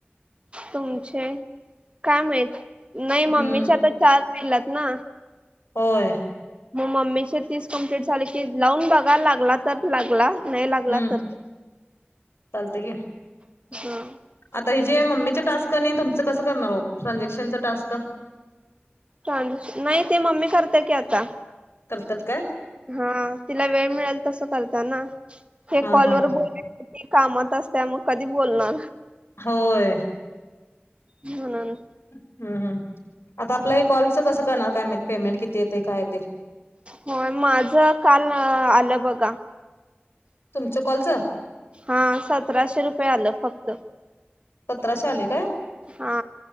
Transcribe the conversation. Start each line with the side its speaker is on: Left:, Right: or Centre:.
Right: तुमचे काय माहित नाही
Left: हम्म
Right: मम्मीचे आता चार केलात ना
Left: होय
Right: मग मम्मीचे तीस कम्प्लीट झाले की लावून बघा लागला तर लागला नाही लागला
Left: हम्म
Right: तर
Left: चालतंय की
Right: ह
Left: आता हि जे मम्मीचं टास्क नाही तुमचं कसं करणार हो ट्रानझॅक्शनचं टास्क
Right: ट्रान्सक्शनं नाही ते मम्मी करते की आता.
Left: करत्यात काय.
Right: हा तिला वेळ मिळेल तस करतीया ना हे
Left: हा
Right: कॉलवर
Left: हा
Right: बोलायचं ते कामात अस्तिया मग कधी बोलणार?
Left: होय.
Right: म्हणून.
Left: हम्म हम आता आपल्या हे कॉलचं कसं करणार काय पेमेंट किती येते काय येते.
Right: होय माझं काल आलं बघा.
Left: तुमच्या कॉलचं
Right: हा सतराशे रुपये आलं फक्त.
Left: सतराशे आले काय
Right: हा